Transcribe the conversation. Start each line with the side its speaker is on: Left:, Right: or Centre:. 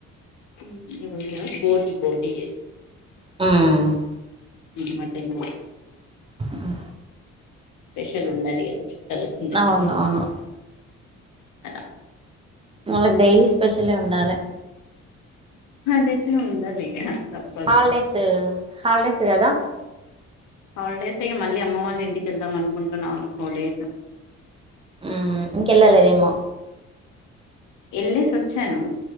Left: మ్ ఇప్పుడు వున్న బోటి బోటియే
Right: మ్
Left: మటన్ బో
Right: ఒకే
Left: స్పెషల్ ఉండాలి కదా చుట్టాలు వచ్చిండ్రు అంటే
Right: అవునవును.
Left: అలా
Right: వాళ్ళకి డైలీ స్పెషలే ఉండాలి
Left: తెచ్చిన ఉండాలీ ఇగ తప్పదు
Right: హాలిడేస్ హాలిడేస్ కదా
Left: హాలిడేస్ ఇగ మళ్ళీ అమ్మ వాళ్ళు ఇంటికి వెళ్దాం అనుకుంటున్నా ఫోర్ డేస్
Right: మ్ ఇంకెళ్ళాలేదేమో
Left: వెళ్ళేసి వచ్చాను